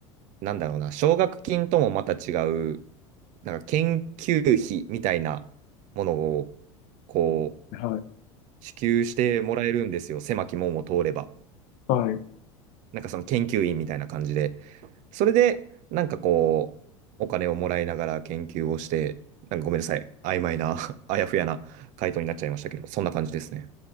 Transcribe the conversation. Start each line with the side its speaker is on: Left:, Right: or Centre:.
Right: なんだろうな、奨学金ともまた違う、なんか研究費みたいなものを、こう、
Left: はい、
Right: 支給してもらえるんですよ。狭き門を通れば。
Left: はい。
Right: なんかその研究員みたいな感じで。それで、なんかこう、お金をもらいながら研究をして、なんかごめんなさい。曖昧な、<laughs> あやふやな回答になっちゃいましたけど、そんな感じですね。